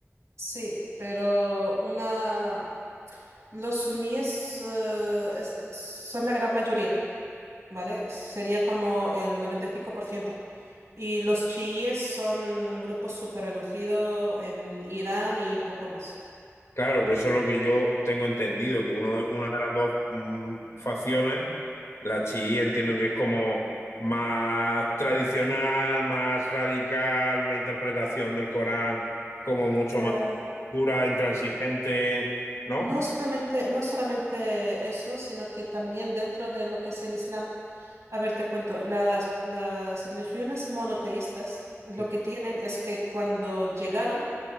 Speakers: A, on the right; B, on the left.
A: Sí, pero una... Los suníes eh, es- son la gran mayoría, ¿vale? Sería como el noventa Y cinco por ciento, y los chiíes son un grupo súper reducido en Irán y poco más.
B: Claro, que eso es lo que yo tengo entendido, que uno, de- una de las dos mm, facciones, la chií entiendo que es como más tradicional, más radical, una interpretación del Corán como mucho
A: Eh,
B: más dura, intransigente, ¿no?
A: No solamente, no solamente eso, sino que también dentro de lo que es el Islam, a ver, te cuento, las, las religiones monoteístas lo
B: Sí.
A: que tienen es que cuando llegaron